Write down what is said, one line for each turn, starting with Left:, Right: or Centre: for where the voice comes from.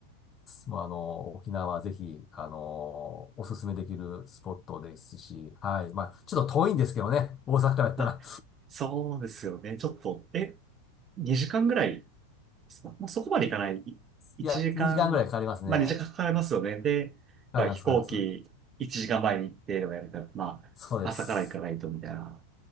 Left: もうあの、沖縄はぜひ、あの、おすすめできるスポットですし、はい。まあ、ちょっと遠いんですけどね。大阪からやったら。
Right: あ、そうですよね。ちょっと、え、2時間ぐらいですかまあ、そこまでいかない。い1時間、
Left: いや、2時間ぐらいかかりますね。
Right: まあ2時間かかりますよね。で、
Left: かかります、
Right: やっぱ飛行機1時間前に行ってとかやると、
Left: かかります。
Right: まあ朝から行かないとみたいな。
Left: そうです。